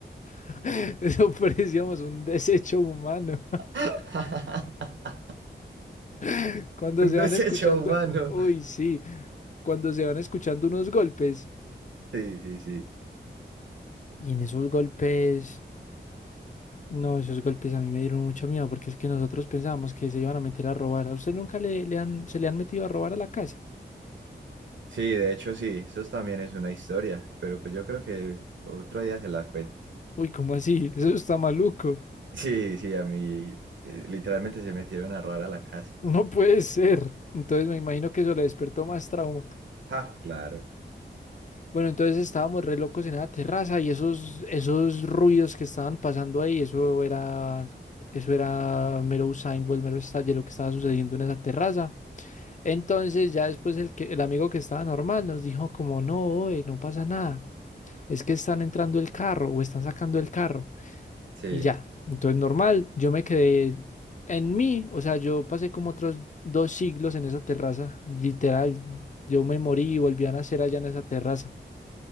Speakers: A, on the left (about 40°); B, on the right (about 80°).
A: <laughs> Eso parecíamos un desecho humano.
B: <laughs>
A: <laughs> Cuando
B: Un
A: se
B: desecho
A: van escuchando,
B: humano.
A: uy, sí, cuando se van escuchando unos golpes.
B: Sí, sí, sí.
A: Y en esos golpes, no, esos golpes a mí me dieron mucho miedo porque es que nosotros pensábamos que se iban a meter a robar. ¿A usted nunca le, le han, se le han metido a robar a la casa?
B: Sí, de hecho sí, eso también es una historia, pero pues yo creo que otro día se la cuento.
A: Uy, ¿cómo así? Eso está maluco.
B: Sí, sí, a mí eh, literalmente se metieron a robar a la casa.
A: No puede ser. Entonces me imagino que eso le despertó más trauma.
B: Ja, claro,
A: Bueno, entonces estábamos re locos en la terraza y esos, esos ruidos que estaban pasando ahí, eso era, eso era mero Usain Bolt, mero estalle lo que estaba sucediendo en esa terraza. Entonces ya después el, que, el amigo que estaba normal nos dijo como, no, oe, no pasa nada, es que están entrando el carro o están sacando el carro
B: sí.
A: y ya. Entonces normal, yo me quedé en mí, o sea, yo pasé como otros dos siglos en esa terraza, literal, yo me morí y volví a nacer allá en esa terraza.